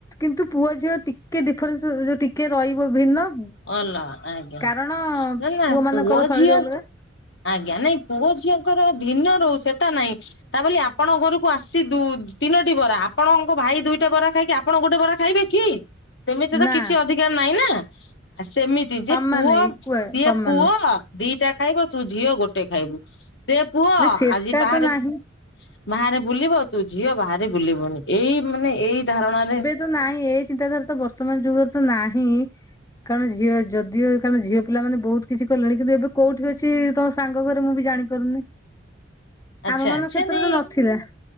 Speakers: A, on the left (about 15°); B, on the left (about 60°).
A: କିନ୍ତୁ ପୁଅ ଝିଅ ଟିକେ ଡିଫରେନ୍ସ ଯୋଉ ଟିକେ ରହିବ ଭିନ୍ନ।
B: ଅଲ ଆଜ୍ଞା ନ
A: କାରଣ
B: ନା
A: ମାନଙ୍କର
B: ପୁଅ
A: ଶୈଳୀ
B: ଝିଅକୁ
A: ଅଲଗା
B: ଆଜ୍ଞା ନାଇଁ ପୁଅ ଝିଅଙ୍କର ଭିନ୍ନ ରହୁ ସେଟା ନାଇଁ। ତା ବୋଲି ଆ ଆପଣଙ୍କ ଘରକୁ ଆସି ଦୁ ତିନୋଟି ବରା। ଆପଣଙ୍କ ଭାଇ ଦୁଇଟା ବରା ଖାଇକି ଆପଣ ଗୋଟେ ବରା ଖାଇବେ କି? ସେମିତି ତ
A: ନା
B: କିଛି ଅଧିକାର ନାହିଁ ନା। ସେମିତି
A: ସମାନ
B: ଯେ ପୁଅ
A: ଇକ୍ୱା
B: ସିଏ
A: ସମାନ
B: ପୁଅ ଦିଟା ଖାଇବ ତୁ ଝିଅ ଗୋଟେ ଖାଇବୁ। ସେ ପୁଅ
A: ନା ସେଟା
B: ଆଜି ବାହାରେ
A: ତ ନାହିଁ।
B: ବାହାରେ ବୁଲିବ ତୁ ଝିଅ ବାହାରେ ବୁଲିବୁନି। ଏଇ ମାନେ ଏଇ ଧାରଣାରେ
A: ନ୍ତୁ ନାହିଁ ଏଇ ଚିନ୍ତାଧାରା ତ ବର୍ତ୍ତମାନ ଯୁଗରେ ତ ନାହିଁ। କାରଣ ଝିଅ ଯଦିଓ କାରଣ ଝିଅ ପିଲାମାନେ ବହୁତ୍ କିଛି କଲେଣି। କିନ୍ତୁ ଏବେ କୋଉଠି ଅଛି ତୋ ସାଙ୍ଗ ଘରେ ମୁଁ ବି ଜାଣିପାରୁନି।
B: ଆଚଛା
A: ଆମ ମାନଙ୍କ
B: ସେ
A: କ୍ଷେତ୍ରରେ
B: ମୁ
A: ତ ନଥିଲା